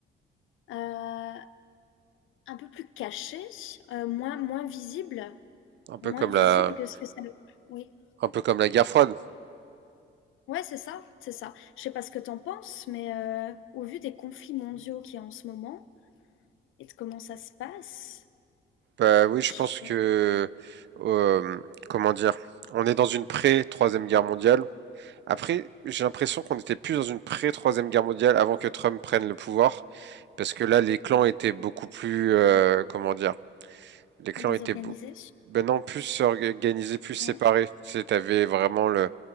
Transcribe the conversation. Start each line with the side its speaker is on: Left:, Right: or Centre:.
Left: euh, un peu plus caché, euh, moins, moins visible,
Right: un peu
Left: moins
Right: comme
Left: visible
Right: la,
Left: que ce que ça... Oui,
Right: un peu comme la guerre froide.
Left: ouais, c'est ça, c'est ça. Je sais pas ce que t'en penses, mais euh, au vu des conflits mondiaux qu'il y a en ce moment et de comment ça se passe,
Right: Bah oui, je
Left: je-
Right: pense que,
Left: ouais,
Right: euh, comment dire, on est dans une pré-troisième guerre mondiale. Après, j'ai l'impression qu'on était plus dans une pré-troisième guerre mondiale avant que Trump prenne le pouvoir, parce que là, les clans étaient beaucoup plus, euh, comment dire. Les clans
Left: désorganisé,
Right: étaient bou- maintenant plus organisés, plus séparés.
Left: ouais,
Right: Tu sais, t'avais vraiment le,